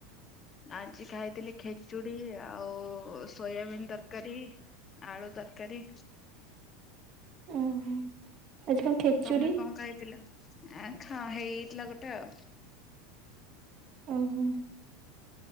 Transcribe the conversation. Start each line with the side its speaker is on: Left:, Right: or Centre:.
Left: ଆଜି ଖାଇଥିଲି ଖେଚୁଡି ଆଉ ଓ ସୋୟାବିନ୍ ତରକାରୀ। ଆଳୁ ତରକାରୀ।
Right: ଓହୋ। ଆଜି କଣ ଖେଚୁଡ଼ି?
Left: ତମେ କଣ ଖାଇଥିଲ? ଆ ଖା ହେଇଯାଇଥିଲା ଗୋଟେ ଆଉ।
Right: ଓହୋ